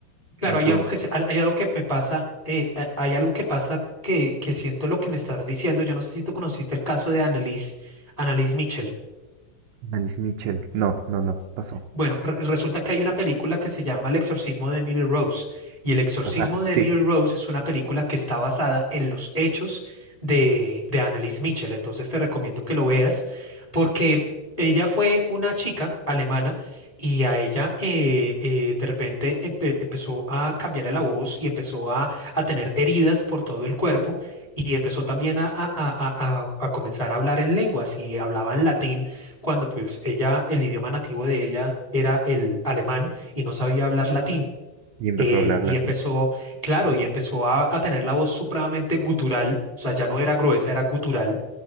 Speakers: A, on the left; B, on the right.
A: Claro,
B: Entonces,
A: hay algo que se- hay hay algo que me pasa, eh, eh, hay algo que pasa que, que siento lo que me estás diciendo. Yo no sé si tú conociste el caso de Annalise, Annalise Mitchell.
B: Alice Mitchell, no, no, no, pasó.
A: Bueno, re- resulta que hay una película que se llama El exorcismo de Emily Rose y El exorcismo
B: Ajá,
A: de
B: sí,
A: Emily Rose es una película que está basada en los hechos de, de Annalise Mitchell. Entonces te recomiendo que lo veas porque ella fue una chica alemana y a ella eh, eh, de repente empe- empezó a cambiarle la voz y empezó a, a tener heridas por todo el cuerpo y empezó también a, a a- a- a- a comenzar a hablar en lenguas y hablaba en latín cuando pues ella, el idioma nativo de ella era el alemán y no sabía hablar latín.
B: y empezó
A: Eh,
B: a hablar
A: y
B: latín.
A: empezó, claro,
B: Bien,
A: y empezó a, a tener la voz supremamente gutural, o sea, ya no era gruesa, era gutural,